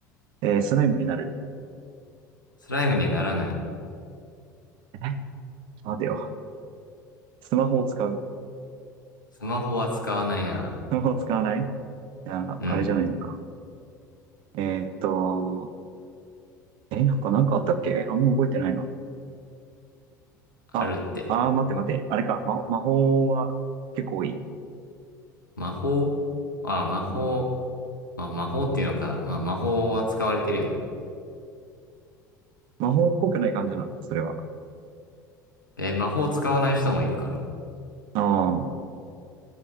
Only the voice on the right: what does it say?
えースライムになる。
え、ちょっと待てよ。スマホを使う。
スマホを使わないじゃあ、
あれじゃないのか。えーっと、え、他なんかあったっけあんま覚えてないな。
あ、あー、待って待って。あれか。ま、魔法は結構多い。
うん、
魔法っぽくない感じなの、それは。
ああ、